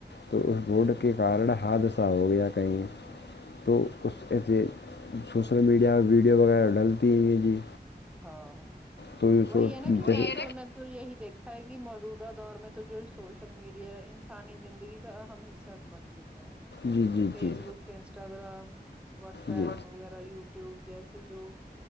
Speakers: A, on the left; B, in the centre.
A: تو اس روڈ
B: ہوں
A: کے کارن حادثہ ہو گیا کہیں تو اس ایسے سوشل میڈیا پر ویڈیو وغیرہ ڈلتی ہیں جی
B: ہاں
A: تو یہ
B: وہی
A: سو
B: ہے نا
A: جیسے
B: کہ میں تو میں تو یہی دیکھا ہے کہ موجودہ دور میں تو جو سوچ سوشل میڈیا انسانی زندگی کا اہم حصہ بن چکا ہےا
A: جی جی
B: فیس
A: جی جی
B: بک Insta Instagram what's ایپ
A: جی
B: وغیرہ یوٹیوب جیسے جو